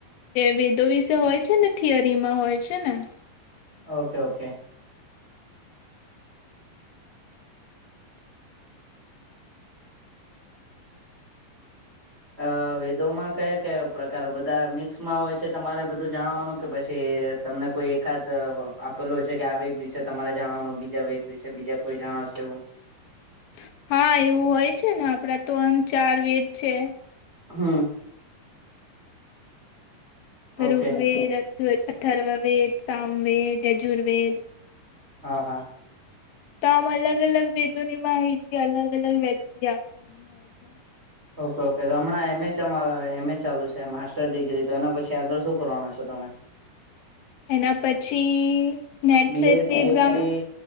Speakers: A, on the left; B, on the right.
A: વેદો વિશે હોય છે ને થિયરીમાં હોય છે ને
B: ઓકે ઓકે. અ વેદોમાં કયા કયા પ્રકાર બધા મિક્સમાં હોય છે તમારે બધું જાણવાનું કે પછી. તમને કોઈ એકાદ આપેલો છે કે આ વેદ વિશે તમારે જાણવાનું બીજા વેદ વિશે બીજા કોઈ જણાવશે એવું.
A: <unintelligible> હા એવું હોય છે ને આપડા તો એમ ચાર વેદ છે.
B: હા. ઓકે
A: ઋગ્વેદ અથ અથર્વવેદ સામવેદ યજુર્વેદ.
B: હા હા.
A: તો આમ અલગ અલગ વેદોની માહિતી અલગ અલગ વ્યક્તિ આપવાની હોય છે.
B: ઓકે ઓકે તો હમણાં એમ એ ચ એમ એ ચાલુ છે માસ્ટર ડિગ્રી તો એના પછી આગળ શું કરવાનું છો તમે.
A: એના પછી નેટ
B: બીએડ
A: સેટની
B: પીએચડી
A: એક્ઝામ